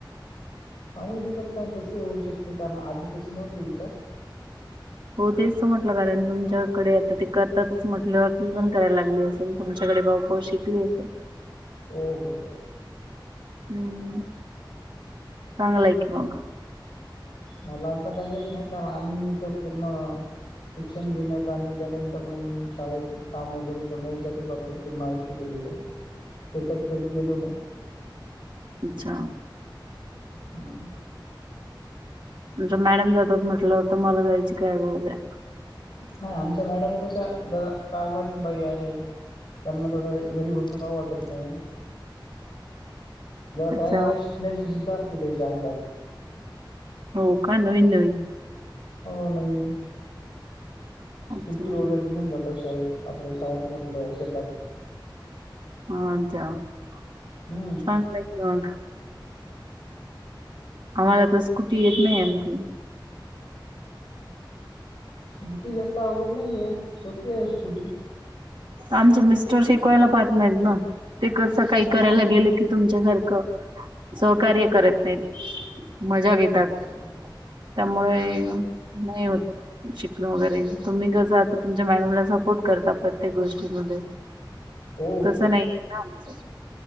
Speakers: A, on the left; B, on the right.
A: सांगू शकत नाही तस होऊ शकते कारण आधी तसे नव्हते विचार
B: हो तेच तर म्हटलं कारण तुमच्याकडे आता ते करतातच म्हटल्यावरती पण करायला लागली अस- तुमच्याकडे भाऊपाऊ शिकली असेल
A: हो -हो- हो
B: हम्म चांगलाय की
A: आ,
B: मग
A: मला तर काही येत नाही कारण आम्ही तर पूर्ण ट्युशन घेण्यात, आणि त्यानंतर मग शाळेत काम, वगैरे करणं याच्यातच आपलं पूर्णआयुष्य गेलेले हाय, शेतात कधी गेलो नाही.
B: अच्छा
A: हम
B: नंतर मॅडम जातात म्हटलं तर, मग जायची काय गरज आहे?
A: नाही....... आमच्या मॅडम कशा, जरा कारभारीन बाई आहे. त्यांना तरी काय बसून राहावं वाटत नाही जात
B: अच्छा
A: काही ना काही शिकण्याची जिद्द असते तेच्या अंगात
B: हो का?.... नविन नविन
A: हो नविन स्कूटी
B: अच्छा
A: वगैरे घेऊन जातात शाळेत आपल्या शाळेत म्हटलं....... शेतात
B: हा चांगलेय
A: हम्म
B: आहे कीं मग आम्हाला तर स्कुटी येत नाही आणखी
A: स्कुटी जास्त अवघड नाहीये सोपी आहे स्कूटी
B: आमचे मिस्टर शिकवायला पाहत नाहीत ना ते कसं.... काही करायला गेलं, की तुमच्यासारखं सहकार्य करत नाहीत. मज्या घेतात
A: अच्छा
B: त्यामुळे नाही होत शिकण वगैरे तुम्ही कसं आता तुमच्या मॅडमला सह सपोर्ट करता, प्रत्येक गोष्टीमध्ये
A: हो
B: तस
A: हो
B: नाहीये
A: हो
B: ना आमचं